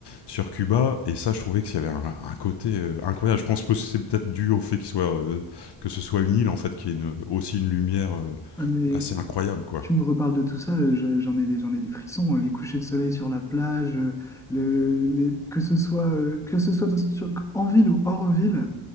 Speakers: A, on the left (about 55°); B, in the centre.
A: sur Cuba et ça, je trouvais qu'il y avait un un côté, heu, incroyable. Je pense que c'est peut-être dû au fait qu'il soit, heu, que ce soit une île en fait, qui est aussi une lumière, heu,
B: Ah, mais
A: assez incroyable quoi.
B: Tu me reparles de tout ça, euh, je- j'en ai des, j'en ai des frissons. euh, Les couchers de soleil sur la plage, euh, le, les- que ce soit, euh, que ce soit sur- en ville ou hors ville,